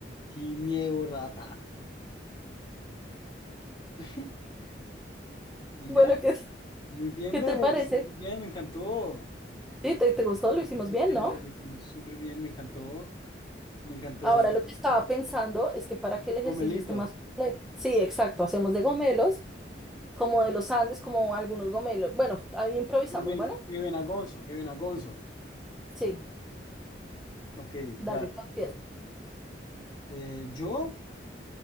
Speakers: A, on the left (about 25°); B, in the centre.
A: Sin miedo, rata. <laughs> Y
B: Bueno,
A: ya.
B: ¿qué, <laughs>
A: Muy bien,
B: qué
A: bebé.
B: te parece?
A: Súper bien, me encantó.
B: Sí, te, te gustó, lo hicimos
A: Súper
B: bien,
A: chévere,
B: ¿no?
A: lo hicimos súper bien, me encantó. Me encantó.
B: Ahora lo que estaba pensando es que para que el ejercicio
A: Gomelitos.
B: esté más completo, sí, exacto, hacemos de gomelos. como de los Andes, como algunos gomelos. Bueno, ahí improvisamos,
A: Kevin,
B: bueno,
A: Kevin Agonzo, Kevin Agonzo.
B: sí,
A: Ok, dale.
B: dale, tú empiezas.
A: Eh, ¿yo?